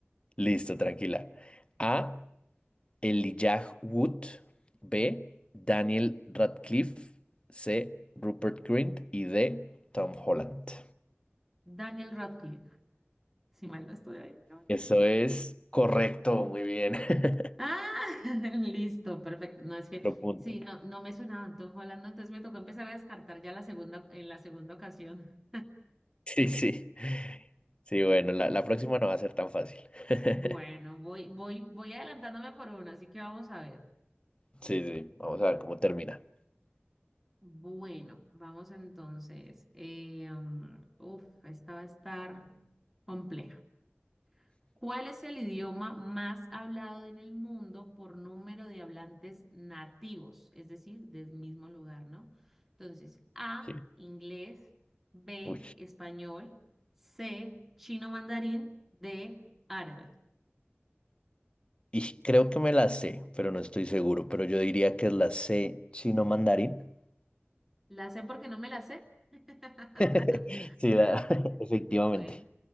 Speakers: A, on the left (about 25°); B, in the centre.
A: Listo, tranquila. A. Elijah Wood, B. Daniel Radcliffe, C. Rupert Grint y D. Tom Holland.
B: Daniel Radcliffe. Si mal no estoy ahí, no,
A: Eso
B: sí.
A: es correcto, muy bien. <laughs>
B: Ah, <laughs> listo, perfecto. No, es que
A: Lo punto.
B: sí, no, no me sonaba Tom Holland, entonces me tocó empezar a descartar ya la segunda, en la segunda ocasión.
A: Sí, sí. Sí, bueno, la, la próxima no va a ser tan fácil. <laughs>
B: Bueno, voy, voy, voy adelantándome por una, así que vamos a ver.
A: Sí, sí, vamos a ver cómo termina.
B: Bueno, vamos entonces. Eh, mm, uf, esta va a estar compleja. ¿Cuál es el idioma más hablado en el mundo por número de hablantes nativos? Es decir, del mismo lugar, ¿no? Entonces, A,
A: Sí.
B: inglés, B,
A: Uy.
B: español, C, chino mandarín, D, árabe.
A: Y creo que me la sé, pero no estoy seguro, pero yo diría que es la C chino mandarín.
B: La sé porque no me la sé. <laughs>
A: <laughs> Sí, la- <laughs> efectivamente.
B: Bueno,